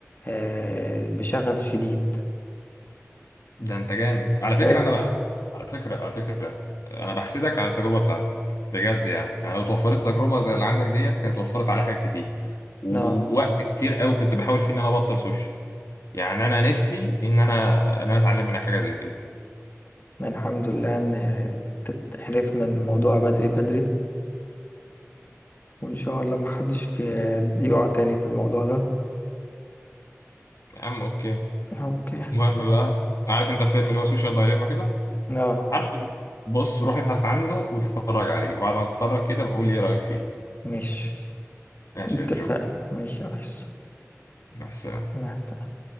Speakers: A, on the left; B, on the left.
A: آه بشغف شديد
B: ده انت جامد على فكره
A: حلو
B: انا بقى على فكره على فكره انا بحسدك على التجربه بتاعتك بجد يعني انا لو اتوفرت تجربه زي اللي عندك ديت كانت وفرت عليا حاجات كتير ووقت
A: اه
B: كتير قوي كنت بحاول فيه ان انا ابطل سوشيال يعني انا نفسي ان انا ان انا اتعلم منها حاجه زي كده
A: الحمد لله ان ت- عرفنا الموضوع بدري بدري وان شاء الله محدش في يقع تاني في الموضوع ده
B: يا عم اوكي
A: اوكي
B: المهم بقى عارف انت الفيلم اللي هو سوشيال دايليما كده
A: اه
B: عارفه بص روح ابحث عنه واتفرج عليه وبعد ما تتفرج كده بقول لي ايه رايك فيه
A: مش
B: ماشي
A: اتفقنا
B: يا جو
A: مش يا ريس
B: مع السلامه
A: مع السلامة